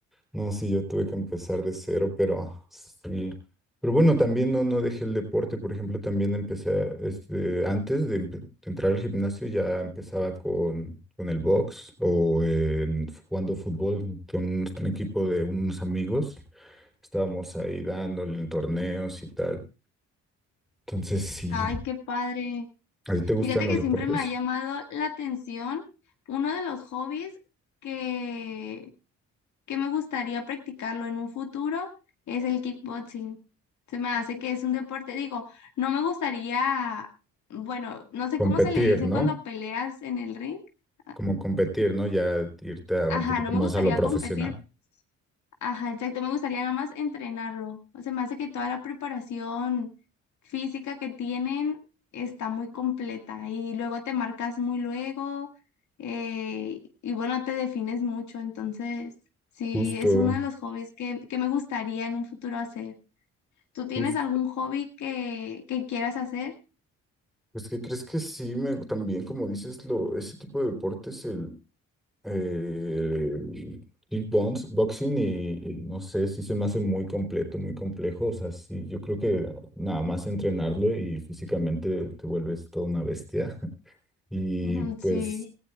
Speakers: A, in the centre; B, on the left.
A: No, sí, yo tuve que empezar de cero, pero sí. Pero bueno, también no, no dejé el deporte. Por ejemplo, también empecé, a- este, antes de, empe- de entrar al gimnasio, ya empezaba con, con el box o en- jugando fútbol con un, un equipo de unos amigos. Estábamos ahí dándole en torneos y tal. Entonces, sí.
B: Ay, qué padre.
A: ¿A ti te gustan
B: Fíjate
A: los
B: que
A: deportes?
B: siempre me ha llamado la atención uno de los hobbies que que me gustaría practicarlo en un futuro es el kickboxing. Se me hace que es un deporte, digo, no me gustaría, bueno, no sé
A: Competir,
B: cómo se le dice
A: ¿no?
B: cuando peleas en el ring. A-
A: Como competir, ¿no? Ya irte a
B: Ajá,
A: un poquito
B: no
A: más
B: me gustaría
A: a lo profesional.
B: competir. Ajá, exacto, me gustaría nada más entrenarlo. O sea, me hace que toda la preparación física que tienen está muy completa y luego te marcas muy luego eh, y bueno, te defines mucho. Entonces, sí,
A: Justo.
B: es uno de los hobbies que, que me gustaría en un futuro hacer. ¿Tú tienes
A: justo.
B: algún hobby que, que quieras hacer?
A: Pues que crees que sí, me, también como dices, lo, ese tipo de deportes, el, eh, el kickbox- boxing y, y no sé, sí se me hace muy completo, muy complejo. O sea, sí, yo creo que nada más entrenarlo y físicamente te vuelves toda una bestia. <laughs> Y
B: Ujú, Sí,
A: pues